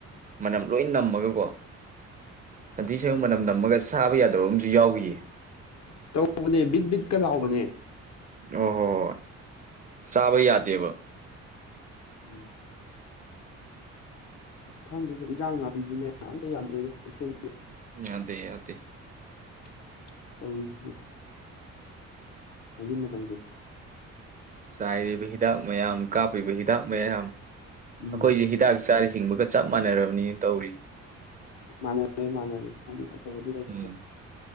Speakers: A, on the right; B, on the left.
A: ꯃꯅꯝ ꯂꯣꯏ ꯅꯝꯃꯒꯀꯣ ꯁꯟꯊꯤ ꯁꯟꯌꯨꯡ ꯃꯅꯝ ꯅꯝꯃꯒ ꯆꯥꯕꯥ ꯌꯥꯗꯕ ꯑꯃꯁꯨ ꯌꯥꯎꯈꯤꯌꯦ
B: ꯇꯧꯕꯅꯦ ꯕꯤꯠ ꯕꯤꯠꯀ ꯂꯥꯎꯕꯅꯦ
A: ꯑꯣ ꯍꯣ ꯍꯣ ꯍꯣꯏ ꯆꯥꯕꯥ ꯌꯥꯗꯦꯕ
B: ꯎꯝ ꯑꯁ ꯈꯪꯗꯦꯗ ꯑꯦꯟꯖꯥꯡ ꯅꯥꯞ ꯖꯅꯦ ꯑꯝꯇ ꯌꯥꯗ꯭ꯔꯦꯗ ꯀꯩꯊꯦꯜ
A: ꯌꯥꯗꯦ ꯌꯥꯗꯦ
B: <unintelligible> ꯇꯧꯔꯤꯁꯦ ꯍꯧꯖꯤꯛ ꯃꯇꯝꯁꯦ
A: ꯆꯥꯏꯔꯤꯕ ꯍꯤꯗꯥꯛ ꯃꯌꯥꯝ ꯀꯥꯞꯂꯤꯕ ꯍꯤꯗꯥꯛ ꯃꯌꯥꯝ
B: ꯎꯝ
A: ꯑꯩꯈꯣꯏꯁꯦ ꯍꯤꯗꯥꯛ ꯆꯥꯔꯤ ꯍꯤꯡꯕꯒ ꯆꯞ ꯃꯥꯟꯅꯔꯕꯅꯤꯅ ꯇꯧꯔꯤ
B: ꯃꯥꯟꯅꯔꯦ ꯃꯥꯟꯅꯔꯦ ꯍꯥꯏꯗꯤ ꯑꯐꯕꯗꯨ ꯂꯩꯇ꯭ꯔꯦ
A: ꯎꯝ